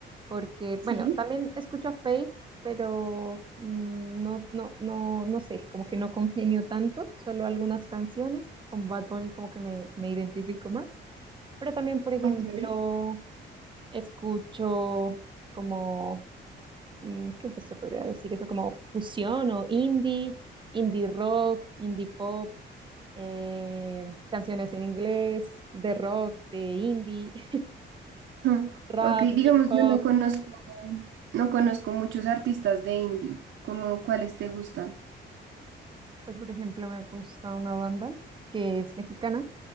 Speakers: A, on the right; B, on the right.
A: porque,
B: Sí,
A: bueno, también escucho a Faith, pero mm, no, no, no, no sé, como que no congenio tanto, solo algunas canciones, con Bad Bunny como que me, me identifico más, pero también, por ejemplo,
B: ok. <laughs>
A: escucho como mm, ¿qué se podría decir eso? Como fusión o indie, indie rock, indie pop, eh, canciones en inglés, de rock, de indie, <laughs>
B: Ujú.
A: rap,
B: Ok, digamos,
A: hip hop.
B: yo no conozco, no conozco muchos artistas de indie. ¿Cómo cuáles te gustan?
A: Pues por ejemplo me gusta una banda que es mexicana